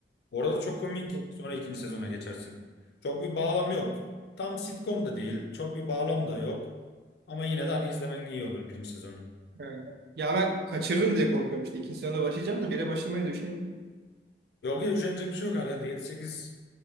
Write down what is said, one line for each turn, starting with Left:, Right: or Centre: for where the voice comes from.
Left: Orada da çok komik.
Right: Hı.
Left: Sonra ikinci sezona geçersin. Çok bir bağlam yok. Tam sitcom da değil. Çok bir bağlam da yok. Ama yine de hani izlemen iyi olur birinci sezonu.
Right: He. Ya ben kaçırırım diye korkuyorum işte. İkinci sınavda başlayacağım da bire başlamaya düşemiyorum.
Left: Yok ya üşenecek bir şey yok herhalde. Yedi sekiz.